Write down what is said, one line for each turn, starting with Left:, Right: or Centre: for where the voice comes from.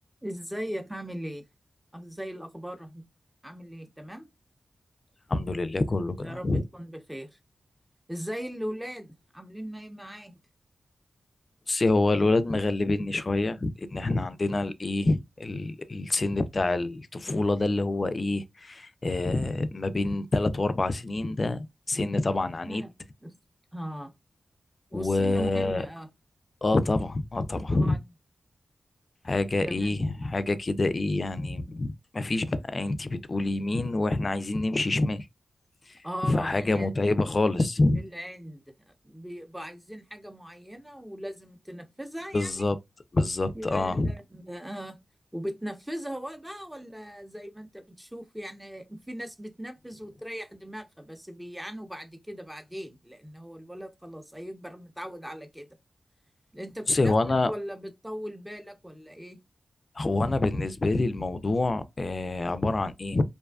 Centre: ازيك عامل ايه أه، ازاي الاخبار عامل ايه تمام
Left: الحمد لله كله تمام
Centre: يا رب تكون بخير ازاي الاولاد عاملين ايه معاك
Left: بصي هو الولاد مغلبيني شوية لأن احنا عندنا الإيه ال- السن بتاع الطفولة ده اللي هو إيه آه ما بين تلات وأربع سنين ده سن طبعا
Centre: إحنا-
Left: عنيد
Centre: اه والسن
Left: و
Centre: مهم اه
Left: آه طبعا آه طبعا
Centre: اه
Left: حاجة إيه
Centre: تمام
Left: حاجة كده إيه يعني مفيش بقى أنتي بتقولي يمين وإحنا عايزين نمشي شمال
Centre: اه
Left: فحاجة
Centre: انا
Left: متعبة خالص
Centre: العند بيبقوا عايزين حاجة معينة ولازم تنفذها يعني
Left: بالظبط بالظبط
Centre: يا
Left: اه
Centre: لهوي اه وبتنفذها و- بقى ولا زي ما انت بتشوف يعني في ناس بتنفذ وتريح دماغها بس بيعانوا بعد كده بعدين لان هو الولد خلاص هيكبر متعود على كده انت بتنفذ
Left: بصي هو انا
Centre: ولا بتطول بالك ولا ايه
Left: هو انا بالنسبه لي الموضوع آه، عباره عن ايه